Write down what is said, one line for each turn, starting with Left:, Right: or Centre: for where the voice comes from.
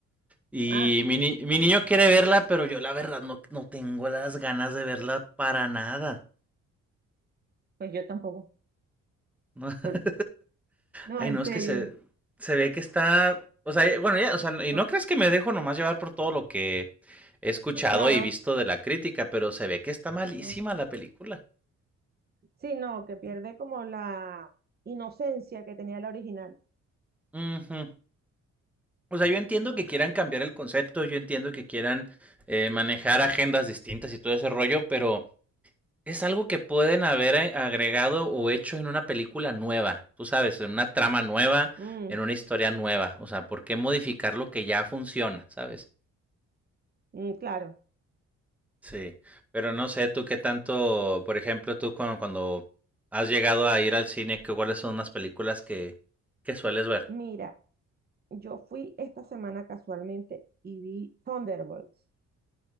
Centre: Y
Right: Ah,
Centre: mi, ni- mi niño quiere verla, pero yo la verdad no, no tengo las ganas de verla para nada.
Right: pues yo tampoco.
Centre: <laughs>
Right: <laughs> No,
Centre: Ay,
Right: en
Centre: no, es
Right: serio.
Centre: que se, se ve que está. O sea, bueno, ya, o sea, y
Right: No,
Centre: no crees que me dejo nomás llevar por todo lo que he escuchado
Right: claro.
Centre: y visto de la crítica, pero se ve que está malísima
Right: Ah,
Centre: la película.
Right: Sí, no, que pierde como la inocencia que tenía la original.
Centre: Ujú. O sea, yo entiendo que quieran cambiar el concepto, yo entiendo que quieran eh, manejar agendas distintas y todo ese rollo, pero es algo que pueden haber eh, agregado o hecho en una película nueva, tú sabes, en una trama nueva,
Right: Mm,
Centre: en una historia nueva. O sea, ¿por qué modificar lo que ya funciona, sabes?
Right: mm, claro.
Centre: Sí, pero no sé tú qué tanto, por ejemplo, tú cuando, cuando has llegado a ir al cine, que cuáles son unas películas que, que sueles ver.
Right: Mira, yo fui esta semana casualmente y vi Thunderbolts,